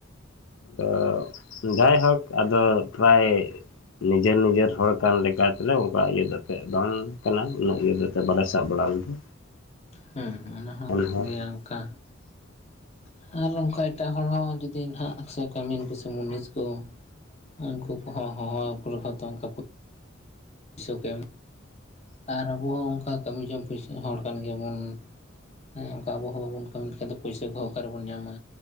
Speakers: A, on the left; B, on the left.
A: ᱛᱚ ᱡᱟᱭᱦᱳᱠ ᱟᱫᱚ ᱯᱨᱟᱭ ᱱᱤᱡᱮᱨ ᱱᱤᱡᱮᱨ ᱦᱚᱲ ᱠᱟᱱ ᱞᱮᱠᱟ ᱛᱮᱞᱮ ᱚᱱᱠᱟ ᱤᱭᱟᱹ ᱠᱟᱛᱮᱫ ᱵᱟᱝ ᱠᱟᱱᱟ ᱩᱱᱟᱹᱜ ᱤᱭᱟᱹ ᱠᱟᱛᱮ ᱵᱟᱞᱮ ᱥᱟᱵ ᱵᱟᱲᱟ ᱞᱮᱫᱟ᱾
B: ᱦᱩᱸᱦᱩᱸ ᱚᱱᱟ ᱦᱚᱸ
A: ᱮᱱᱦᱚᱸ
B: ᱠᱟᱱ ᱜᱮᱭᱟ ᱚᱱᱠᱟ᱾ ᱟᱨ ᱱᱚᱝᱠᱟ ᱮᱴᱟᱜ ᱦᱚᱲ ᱦᱚᱸ ᱡᱩᱫᱤ ᱱᱟᱦᱟᱜ ᱥᱮ ᱠᱟᱹᱢᱤᱱ ᱠᱩᱥᱤ ᱢᱩᱱᱤᱥ ᱛᱚ ᱩᱱᱠᱩ ᱠᱚᱦᱚᱸ ᱦᱚᱦᱚ ᱟᱠᱚ ᱨᱮᱦᱚᱸᱛᱚ ᱚᱱᱠᱟ ᱯᱩᱭᱥᱟᱹ ᱠᱚ ᱮᱢ ᱟᱨ ᱟᱵᱚ ᱦᱚᱸ ᱚᱱᱠᱟ ᱠᱟᱹᱢᱤ ᱡᱚᱝ ᱯᱩᱭᱥᱟᱹ ᱦᱚᱲ ᱠᱟᱱ ᱜᱮᱭᱟᱵᱚᱱ᱾ ᱦᱮᱸ ᱚᱱᱠᱟ ᱟᱵᱚ ᱠᱚᱦᱚᱸ ᱵᱟᱵᱚᱱ ᱠᱟᱹᱢᱤ ᱞᱮᱠᱷᱟᱡ ᱫᱚ ᱯᱩᱭᱥᱟᱹ ᱠᱚᱦᱚᱸ ᱚᱠᱟ ᱨᱮᱵᱚᱱ ᱧᱟᱢᱟ᱾